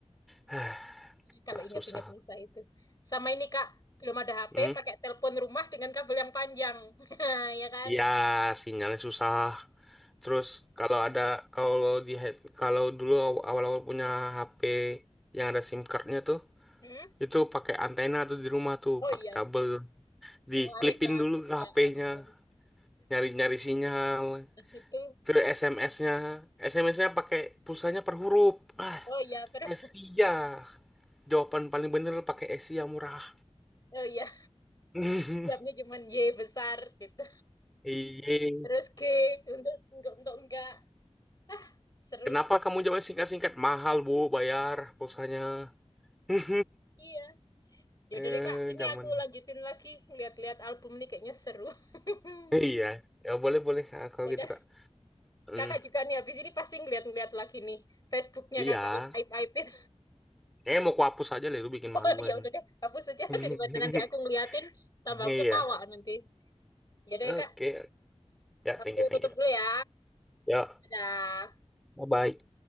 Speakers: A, in the centre; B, on the left (about 35°).
A: <sighs>
B: kalau
A: Lah
B: ingat-ingat
A: susah.
B: masa itu. Sama ini Kak, belum ada HP,
A: Hmm?
B: pakai telepon rumah dengan kabel yang panjang. <laughs> Ya kan?
A: Ya, sinyalnya susah. Terus kalau ada kalau di head- kalau dulu aw- awal-awal punya HP yang ada SIM cardnya tuh,
B: Hmm?
A: itu pakai antena tuh di rumah tuh,
B: Oh iya,
A: pakai kabel, diklipin
B: warik Kak.
A: dulu ke
B: Ya
A: HP-nya,
B: ampun.
A: nyari-nyari sinyal.
B: <laughs> Itu,
A: Terus SMS-nya, SMS-nya pakai pulsanya per huruf. Ah,
B: oh iya, terus,
A: Asia. Jawaban paling bener pakai Asia murah.
B: oh iya,
A: <laughs>
B: siapnya cuma Y besar gitu.
A: Iya.
B: Terus G, untuk, untuk, untuk enggak. Ah, seru.
A: Kenapa kamu jawab singkat-singkat? Mahal, Bu, bayar pulsanya. <laughs>
B: Iya. Ya
A: eh
B: udah deh Kak, ini
A: zaman.
B: aku lanjutin lagi. Lihat-lihat album nih kayaknya seru. <laughs>
A: Iya. Ya boleh boleh Kak, kalau
B: Ya udah,
A: gitu Kak. Hmm,
B: Kakak juga nih habis ini pasti ngeliat-ngeliat lagi nih. Facebooknya
A: iya.
B: Kakak yang aib-aibin.
A: Kayaknya mau kuhapus aja deh lu bikin
B: Oh
A: malu
B: <laughs> ya
A: aja.
B: udah deh, hapus saja <laughs>
A: <laughs>
B: daripada nanti aku ngeliatin tambah
A: Iya.
B: aku ketawa nanti. Ya deh
A: Oke.
B: Kak,
A: Ya,
B: aku
A: thank you, thank
B: tutup
A: you.
B: dulu ya.
A: Ya,
B: Dadah.
A: bye-bye.